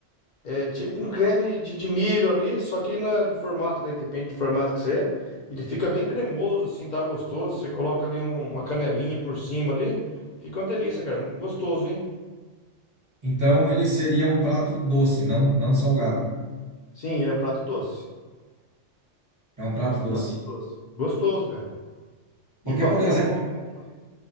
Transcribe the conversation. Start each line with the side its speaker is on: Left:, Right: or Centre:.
Left: é tipo um creme de, de milho ali, só que na- no formato, daí depende do formato que você é. Ele fica bem cremoso, assim, tá gostoso. Você coloca ali um- uma canelinha por cima ali, fica uma delícia, cara. Gostoso, hein?
Right: Então ele seria um prato doce, não, não salgado.
Left: Sim, ele é um prato doce.
Right: É um prato
Left: Ele é
Right: doce.
Left: um prato doce. Gostoso, cara.
Right: Porque,
Left: E pamonha
Right: por exemplo,
Left: também, pamonha.